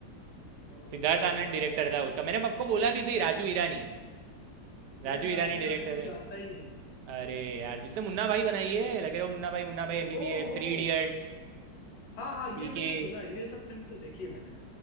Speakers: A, on the left; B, on the right.
A: ओ
B: सिद्धार्थ
A: कोई
B: आनंद
A: बात
B: डायरेक्टर
A: नहीं
B: था उसका मैंने आपको बोला भी सही राजू ईरानी राजू
A: मैं राजवीर
B: ईरानी डायरेक्टर
A: रानी को
B: है
A: जानता ही नहीं
B: अरे यार जिसने मुन्ना भाई बनाई है लगे रहो Munna Bhai Munna Bhai MBBS
A: ओ हो
B: three idiots
A: हाँ हाँ
B: PK
A: ये मैंने सुना है ये सब फिल्म तो देखी है मैंने